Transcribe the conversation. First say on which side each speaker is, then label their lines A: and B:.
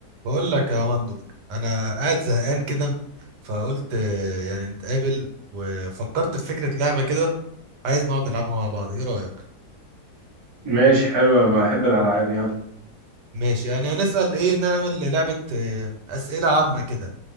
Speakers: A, on the right; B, on the right.
A: بقول لك يا مندر انا قاعد زهقان كده فقلت آه، يعني نتقابل وفكرت في فكرة لعبة كده عايز نقعد نلعبها مع بعض ايه رأيك
B: ماشي حلو بحب الألعاب يلا
A: ماشي يعني هنسأل ايه نعمل لعبة آه، أسئلة عامة كده